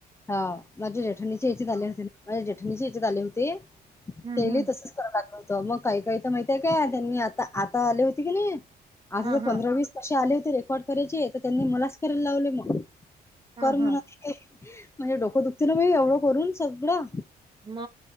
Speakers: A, on the left (about 15°); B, on the right (about 25°).
A: हा माझ्या जेठणीचे इथेच आले होते माझ्या जेठणीचे इथेच आले होते
B: हम्म
A: त्याले
B: हम्म
A: तसच करा लागलं होत मग काही काही तर माहितय का त्यांनी आता आता आले होती की नाही आता
B: हा
A: तर
B: हा
A: पंधरा-वीस कशे आले होते रेकॉर्ड करायचे तर त्यांनी मलाच करायला लावले म
B: हा
A: कर म्हणत
B: हा
A: ते डोकं दुखते ना बाई एवढं करून सगळं
B: म